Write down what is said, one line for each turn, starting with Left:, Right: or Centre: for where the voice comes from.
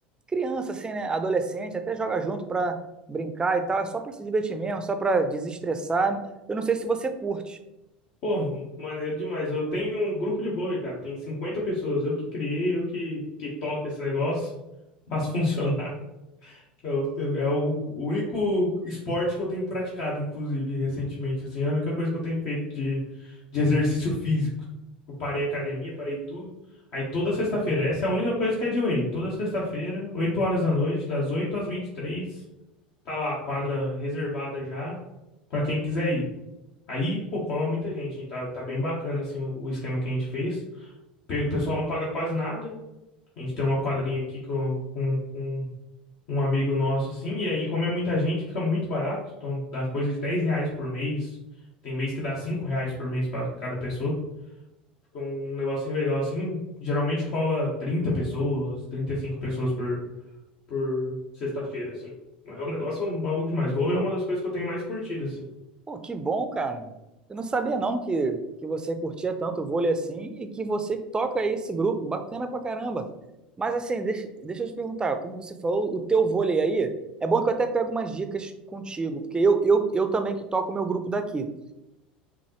Right: criança, assim, né? Adolescente, até joga junto pra brincar e tal. É só pra se divertir mesmo, só pra desestressar. Eu não sei se você curte.
Left: Pô, maneiro demais. Eu tenho um grupo de vôlei, cara. Tem 50 pessoas. Eu que criei, eu que, que toco esse negócio. Faço <laughs> funcionar. Eu- eu- é o único esporte que eu tenho praticado, inclusive, recentemente. Assim, é a única coisa que eu tenho feito de, de exercício físico. Eu parei a academia, parei tudo. Aí toda sexta-feira, essa é a única coisa que é de lei. Toda sexta-feira, 8 horas da noite, das 8 às 23, tá lá a quadra reservada já, pra quem quiser ir. Aí, pô, cola muita gente, hein? Tá, tá bem bacana, assim, o, o esquema que a gente fez. Pe- O pessoal não paga quase nada. A gente tem uma quadrinha aqui com, com, com um amigo nosso, assim, e aí, como é muita gente, fica muito barato. Então, dá coisa de 10 reais por mês. Tem mês que dá 5 reais por mês pra cada pessoa. Fica um, um negocinho legal, assim. Geralmente cola 30 pessoas, 35 pessoas por, por sexta-feira, assim. É um negócio maluco demais. Vou é uma das coisas que eu tenho mais curtido, assim.
Right: Pô, que bom, cara. Eu não sabia não que, que você curtia tanto vôlei assim e que você toca esse grupo, bacana pra caramba. Mas assim, deixa, deixa eu te perguntar, como você falou, o teu vôlei aí, é bom que eu até pego umas dicas contigo, porque eu, eu, eu também que toco o meu grupo daqui.